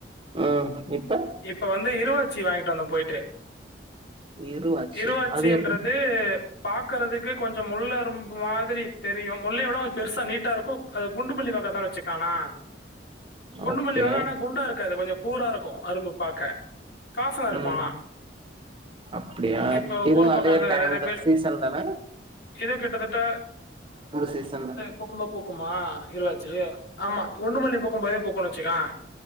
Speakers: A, on the right (about 30°); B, on the left (about 65°).
A: ம் இப்ப
B: இப்ப வந்து இருவாச்சி வாங்கிட்டு வந்த போயிட்டு
A: இருவாச்சு
B: இருவாச்சின்றது
A: அது எப்டி
B: வந்து பாக்குறதுக்கு கொஞ்சம் முல்ல அரும்பு மாதிரி தெரியு முல்லை யோட கொஞ்சம் பெருசா நீட்டா இருக்கும் அது குண்டுமல்லி வக தா வச்சுக் ஆனா குண்டுமல்லி
A: ஓகே
B: வக ஆனா குண்டா இருக்காது கொஞ்ச கூரா இருக்கு அரும்பு பாக்க வாசன இருக்கும்
A: ம்
B: ஆனா.
A: அப்டியா
B: இப்ப
A: இதுவு
B: ஊர் பக்கம்
A: அதே டைம்
B: நெறைய
A: தா
B: பேர்
A: சீஸ் ஸன்லலா
B: இது கிட்டத்திட்ட
A: சீசன் தா
B: பூக்கும் போ பூக்குமா இருவாச்சி ஆமா குண்டுமல்லி பூக்கும்போது பூக்குனு வச்சுக்க